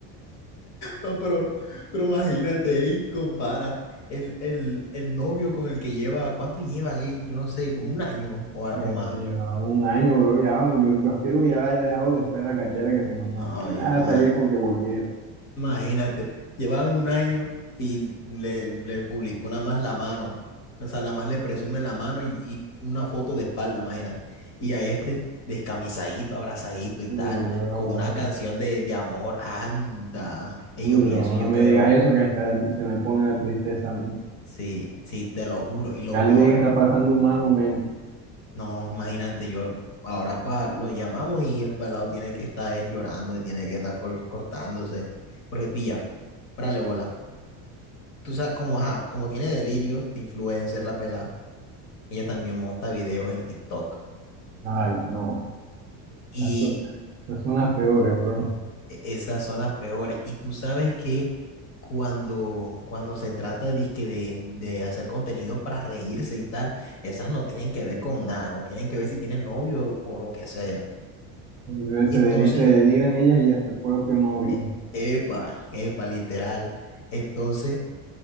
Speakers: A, on the left; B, on the right.
A: No, pero, pero imagínate, ey, compara el, el, el novio con el que lleva, ¿cuánto llevan? ey? yo no sé, como un año o, a-
B: Ya
A: o más.
B: llevaba un año, bro, ya, yo, yo aspiro que ya la haya dejado después de la cachera que se mamó.
A: No,
B: No me
A: yo-
B: vas
A: más,
B: a salir con que volvieron.
A: Imagínate, llevaban un año y le, le publicó nada más la mano. O sea, nada más le presume la mano y, y una foto de espalda, imagínate. Y a este descamisadito, abrazadito y
B: Uy,
A: tal,
B: bro,
A: con una canción de, de amor. Anda. Y
B: uy,
A: yo
B: bro,
A: vi eso y
B: no
A: yo
B: me
A: quedé
B: digas
A: loco.
B: eso que hasta se me pone la tristeza a mí.
A: Sí, sí, te lo juro. Y lo
B: Andre
A: peor,
B: está pasando un mal momento.
A: no, imagínate, yo ahora pa, lo llamamos y el pelado tiene que estar eh, llorando y tiene que estar col- cortándose. Porque pilla, párale bola tú sabes, como, ajá, como tiene delirios de influencer la pelada, ella también monta videos en TikTok.
B: Ay, no,
A: Y
B: esas son, esas son las peores, bro.
A: e- esas son las peores. Y tú sabes que cuando, cuando se trata dizque, de, de hacer contenido para reírse y tal, esas no tienen que ver con nada, no tienen que ver si tienen novio o lo que sea.
B: Se,
A: Entonces,
B: deni- se denigran ellas y hasta el propio novio.
A: e- epa, epa, literal. Entonces,